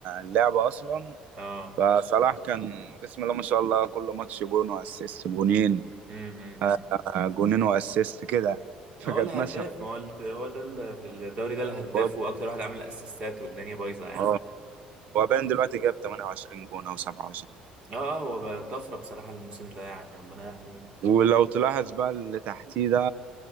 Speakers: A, on the right; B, on the right.
A: اللعبة اصلا
B: اه
A: فصلاح كان بسم الله ما شاء الله كل ماتش جون واسيست جونين
B: امم أمم.
A: آه، جونين واسيست كده فكانت
B: ما هو الهداف
A: ماشية
B: ما هو الت- هو ده ال- في الدوري ده الهداف
A: اه
B: واكتر واحد عامل اسيستات والدنيا بايظة يعني
A: آه، هو باين دلوقتي جاب 28 جون او 27
B: اه اه هو بقى طفرة بصراحة الموسم ده يعني ربنا يحميه
A: ولو تلاحظ بقى اللي تحتيه ده